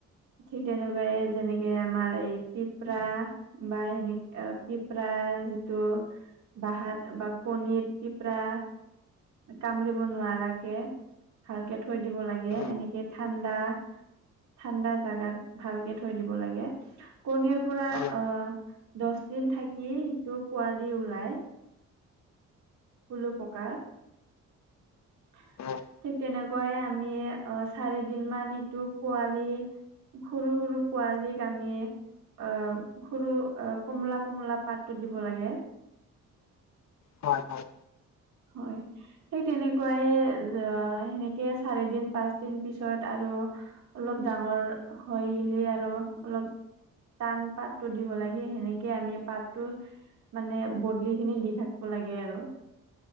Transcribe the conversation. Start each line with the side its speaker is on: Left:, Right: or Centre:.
Right: ঠিক তেনেকৈ যেনেকে আমাৰ এই পিপৰা বা এনেকে পিপৰা যিটো বাহাত বা কণিত পিপৰা কামুৰিব নোৱাৰাকে ভালকে থৈ দিব লাগে
Left: উম,
Right: এনেকে ঠাণ্ডা ঠাণ্ডা জাগাত ভালকে থৈ দিব লাগে কণীৰ পৰা
Left: উম,
Right: অহ দহ দিন থাকি সিটো পোৱালি ওলাই। পলুপকাৰ ঠিক
Left: উম,
Right: তেনেক- বয় আমি অ চাৰি দিন মান সিটো পোৱালি সৰু সৰু পোৱালীক আমি অ সৰু অ কমলা কমলা পাতটো দিব লাগে।
Left: হয় হয়।
Right: হয়। ঠিক তেনেকুৱাই এ জয় সেনেকে চাৰি দিন পাঁচ দিন পিছত আৰু অলপ ডাঙৰ হৈ গিলি আৰু অলপ টান পাতটো দিব লাগে সেনেকে আমি পাতটো মানে বদলি খিনি দি থাকিব লাগে আৰু।